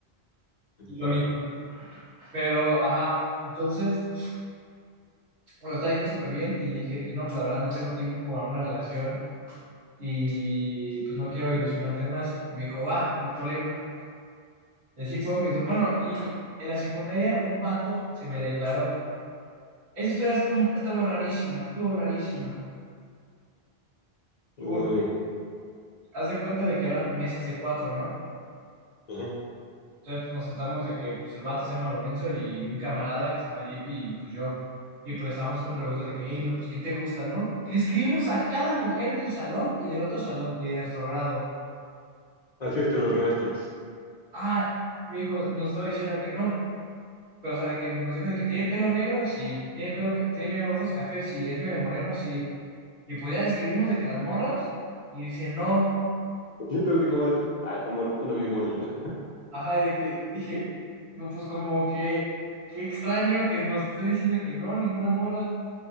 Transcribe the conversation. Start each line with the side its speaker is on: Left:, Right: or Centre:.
Right: irónico,
Left: Va.
Right: pero, ajá, entonces, bueno, estaba yendo súper bien y le dije que no, pues la verdad no tengo tiempo para una relación y pues no quiero ilusionarte más. Y me dijo, va, no hay problema. Y así fue mis... do- Bueno, y en la secundaria un vato se me declaró. Esa historia estuvo, estuvo rarísima, estuvo rarísima.
Left: Uy.
Right: Porque haz de cuenta de que eran mesas de cuatro, ¿no?
Left: Ajá.
Right: Entonces pues nos sentamos de que pues el vato se llama Lorenzo y un camarada que se llama JP y pues yo. Y pues le estábamos haciendo preguntas de que, hey, no, pues ¿quién te gusta, no? Y describimos a cada mujer del salón y del otro salón y de nuestro grado.
Left: Así están las maestras. <laughs>
Right: Ah, mi hijo nos estaba diciendo que no, Pero, o sea, de que nos dijo de que tiene pelo negro, sí. Tiene pelo, que- tiene ojos café, sí. Es medio moreno, sí. Y pues ya describimos de que las morras, y dice, no.
Left: Y entonces así como de, ah, esta mujer suena bien bonita.
Right: Ajá, de que dije, no, pues como que, qué extraño que nos esté diciendo que no, ninguna morra.